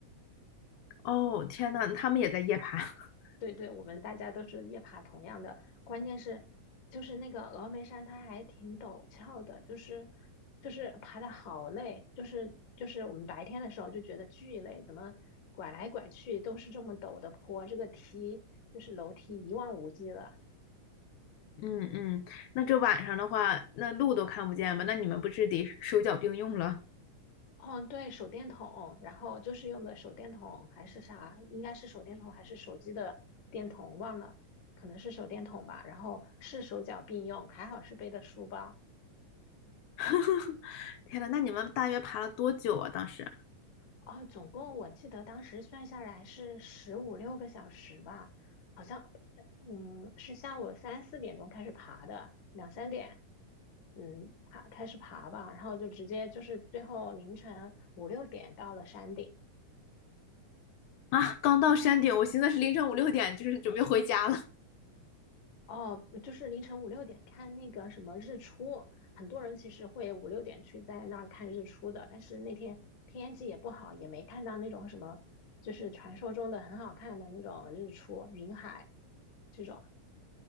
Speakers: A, on the left; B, on the left.
A: 哦，天呐，他们也在夜爬。<laughs>
B: 对对，我们大家都是夜爬同样的，关键是就是那个峨眉山，它还挺陡峭的，就是就是爬的好累，就是就是我们白天的时候就觉得巨累，怎么拐来拐去都是这么陡的坡，这个梯就是楼梯一望无际的，
A: 嗯嗯，那这晚上的话，那路都看不见吧？那你们不是得手脚并用了？
B: 哦，对，手电筒，然后就是用的手电筒还是啥，应该是手电筒还是手机的电筒，忘了，可能是手电筒吧。然后是手脚并用，还好是背的书包。
A: <laughs> 天呐，那你们大约爬了多久啊？当时
B: 哦，总共我记得当时算下来是十五六个小时吧，好像，呃嗯，是下午三四点钟开始爬的，两三点，嗯，爬开始爬吧，然后就直接就是最后凌晨五六点到了山顶。
A: 啊，刚到山顶，我寻思是凌晨五六点，就是准备回家了。
B: 哦，就是凌晨五六点看那个什么日出，很多人其实会五六点去在那儿看日出的，但是那天天气也不好，也没看到那种什么，就是传说中的很好看的那种日出，云海这种。